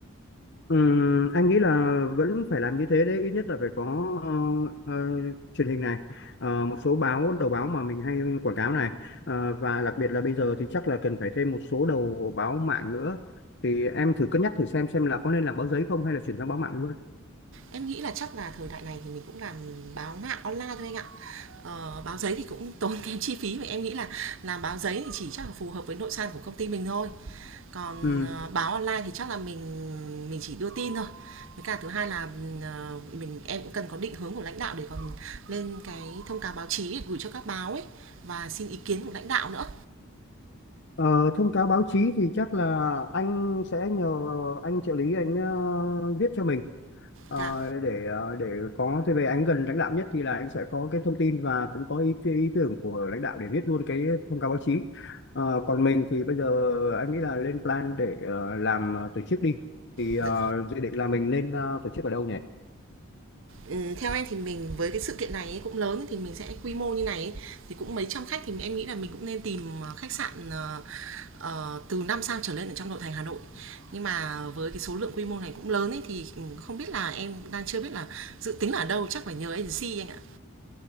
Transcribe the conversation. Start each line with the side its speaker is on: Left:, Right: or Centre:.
Left: Ừm, anh nghĩ là vẫn phải làm như thế đấy ít nhất là phải có ờ, ờ, truyền hình này ờ, một số báo đầu báo mà mình hay quảng cáo này Ờ, và đặc biệt là bây giờ thì chắc là cần phải thêm một số đầu báo mạng nữa thì em thử cân nhắc thử xem xem là có nên làm báo giấy không hay là chuyển sang báo mạng luôn
Right: Em nghĩ là chắc là thời đại này thì mình cũng làm báo mạng online thôi anh ạ Ờ, báo giấy thì cũng tốn <laughs> kém chi phí và em nghĩ là làm báo giấy thì chỉ chắc là phù hợp với nội san của công ty mình thôi. Còn,
Left: Ừm.
Right: ờ, báo online thì chắc là mình mình chỉ đưa tin thôi. Với cả thứ hai là, ờ, mình em cũng cần có định hướng của lãnh đạo để còn lên cái thông cáo báo chí gửi cho các báo ấy và xin ý kiến của lãnh đạo nữa.
Left: Ờ, thông cáo báo chí thì chắc là anh sẽ nhờ anh trợ lý anh ờ, viết cho mình Ờ,
Right: Dạ.
Left: để ờ, để có thế về anh gần lãnh đạo nhất thì là anh sẽ có cái thông tin và cũng có ý, ý tưởng của lãnh đạo để viết luôn cái thông cáo báo chí Ờ, còn mình thì bây giờ anh nghĩ là lên plan để ờ, làm ờ, tổ chức đi thì ờ,
Right: Dạ.
Left: dự định là mình nên ờ, tổ chức ở đâu nhỉ
Right: Ừ, theo em thì mình với cái sự kiện này ấy, cũng lớn thì mình sẽ quy mô như này ấy, thì cũng mấy trăm khách thì em nghĩ là mình cũng nên tìm ờ, khách sạn ờ, ờ, từ 5 sao trở lên ở trong nội thành Hà Nội. Nhưng mà với cái số lượng quy mô này cũng lớn ấy thì ừ, không biết là em đang chưa biết là dự tính là ở đâu chắc phải nhờ agency anh ạ.